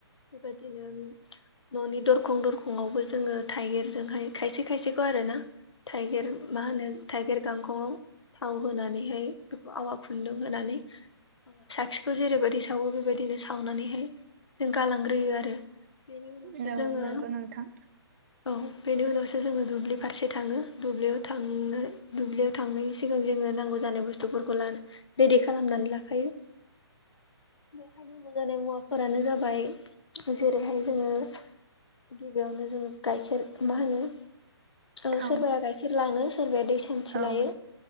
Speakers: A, on the left (about 85°); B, on the right (about 35°).
A: बेबादिनो उम न'नि दरखं दरखंआवबो जोङो थाइगिरजोंहाय खायसे खायसेखौ आरो ना। थाइगेर मा होनो थाइगिर गांखंआव थाव होनानै बेहाय बेखौ आवा खुन्दुं होनानै साथिखौ जेरैबायदि सावो बेबायदिनो सावनानैहाय जों गालांग्रोयो आरो। बेनि
B: औ
A: उनावसो जोङो
B: नंगौ नोंथां
A: औ बेनि उनावसो जोङो दुब्लि फारसे थाङो दुब्लियाव थांनानै दुब्लियाव थांनायनि सिगां जोंनो नांगौ जानाय बुस्तुफोरखौ लान रेडि खालामनानै लाखायो। बेवहाय नांगौ जानाय मुवाफोरानो जाबाय जेरैहाय जोङो गिबियावनो जोङो गाइखेर मा होनो औ
B: थाव
A: सोरबाया गाइखेर लाङो सोरबाया दै सान्थि
B: औ
A: लायो